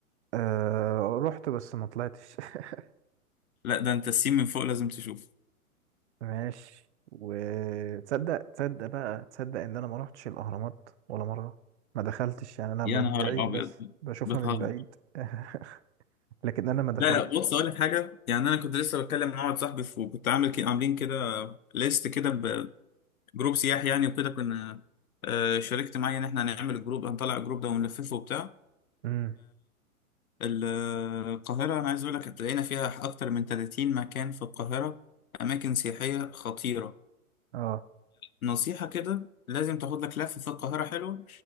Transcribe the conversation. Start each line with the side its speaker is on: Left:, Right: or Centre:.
Right: آه رحت بس ما طلعتش <laughs>
Left: لا ده أنت السين من فوق لازم تشوفه
Right: ماشي وتصدق تصدق بقى تصدق ان انا ما رحتش الاهرامات ولا مره ما دخلتش يعني انا
Left: يا
Right: من
Left: نهار
Right: بعيد
Left: ابيض
Right: بس بشوفها
Left: بتهزر
Right: من بعيد <laughs> لكن انا ما دخلت
Left: لا لا بص اقول لك حاجه يعني انا كنت لسه بتكلم مع واحد صاحبي ف- وكنت عامل كي عاملين كده ليست كده بجروب سياحي يعني وكده كنا آه، شاركت معايا ان احنا هنعمل الجروب هنطلع الجروب ده ونلففه وبتاع
Right: امم
Left: فالقاهره انا عايز اقول لك هتلاقينا فيها اكتر من 30 مكان في القاهره اماكن سياحيه خطيره
Right: اه
Left: نصيحة كده لازم تاخد لك لفة في القاهرة حلوة